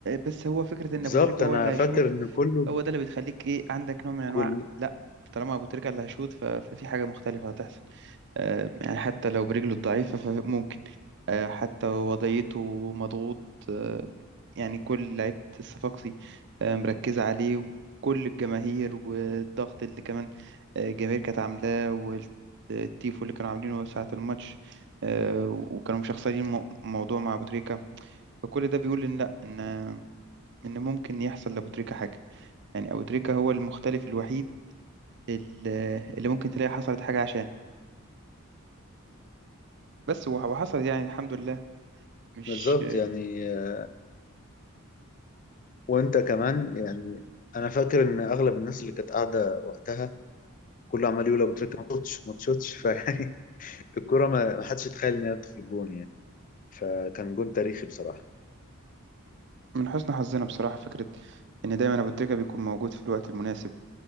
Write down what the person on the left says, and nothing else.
بالظبط
انا
فاكر ان كله
كل
بالظبط يعني آه، وانت كمان يعني انا فاكر ان اغلب الناس اللي كانت قاعده وقتها كله عمال يقول ابو تريكه ما تشوتش ما تشوتش <laughs> فيعني الكرة ما ما حدش يتخيل انها تدخل جون يعني فكان جون تاريخي بصراحه